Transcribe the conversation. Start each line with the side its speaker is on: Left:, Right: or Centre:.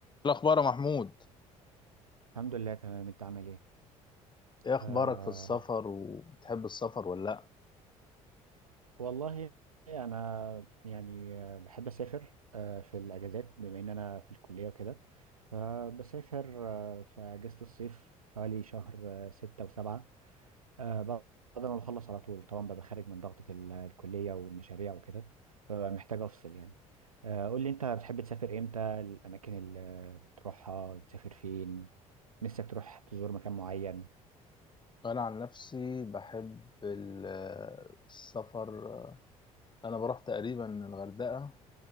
Left: الأخبار يا محمود
Right: الحمد لله تمام انت عامل ايه
Left: ايه
Right: آه
Left: اخبارك في السفر وبتحب السفر ولا لا
Right: والله انا يعني آه، بحب اسافر آه في الاجازات بما ان انا في الكليه وكده فبسافر آه في اجازه الصيف حوالي شهر آه ستة وسبعة آه بعد ما بخلص على طول طبعا ببقى خارج من ضغطة ال- الكليه والمشاريع وكده فمحتاج افصل يعني آه قول لي انت بتحب تسافر امتى الاماكن اللي بتروحها بتسافر فين نفسك تروح تزور مكان معين
Left: انا عن نفسي بحب ال- السفر انا بروح تقريبا الغردقة